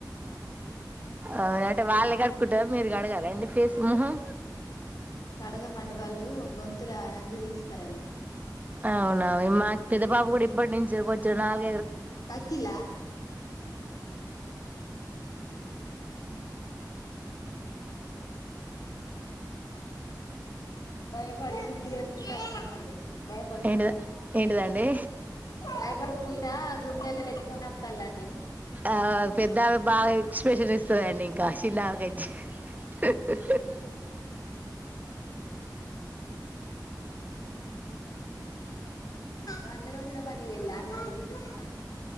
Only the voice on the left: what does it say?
కడగమండి వాళ్ళు గొంతుల అంజి తీస్ సరండి
తకిల్లా భయపడి గుడ్లు తెరుచుకుంటా వత్తండండి భయపడుకుంటార
భయపడు కుంటా దుబ్దెలు పెట్టుకొని వత్తల్లండి
వంద రోజుల పనికి వెళ్ళాను అండి <unintelligible>